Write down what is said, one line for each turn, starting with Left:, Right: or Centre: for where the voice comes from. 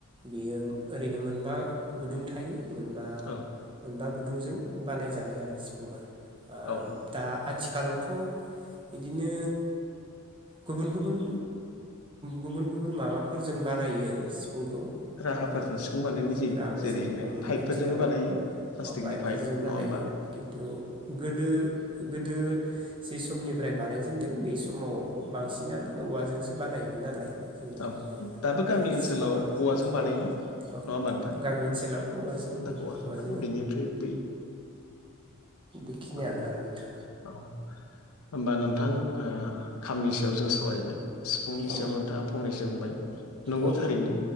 Right: बियो ओरैनो मोनबा गुदुं थायो मोनबा
Left: औ
Right: मोनबा गुदुंजों बानायजानाय आरो सिफुङा
Left: औ
Right: दा आथिखालावथ' बिदिनो गुबुन गुबुन गुबुन गुबुन माबाफोरजों बानायो सिफुंखौ
Left: राहाफोरजों
Right: राहाफोरजों
Left: सिफुं बानायनाय जायो जेरैनो पाइपफोरजोंबो
Right: आथिखालाव
Left: बानायो प्लास्टिकनि
Right: पाइपफोरजों
Left: पाइप
Right: बानायो
Left: नङा होमबा
Right: खिन्थु गोदो गोदो ज समनिफ्राय बानायजेनदों बे समाव बांसिनानो औवाजोंसो बानायोमोन नालाय जोंना
Left: औ दाबो गामि
Right: खिथिफुङा
Left: ओनसोलाव औवाजों बानायो
Right: औ औ
Left: नङा होमबा नोंथां
Right: गामि ओनसोलाव औ
Left: दाबो औवाजों बेनिफ्राय बै
Right: बेखिनियानो
Left: औ
Right: आरो नोंथां।
Left: औ। होमबा नोंथां खामनि सायाव जों सावरायबाय सिफुंनि
Right: औ
Left: सायाव नोंथाङा फंनैसो बुंबाय नंगौ
Right: औ
Left: थारैनो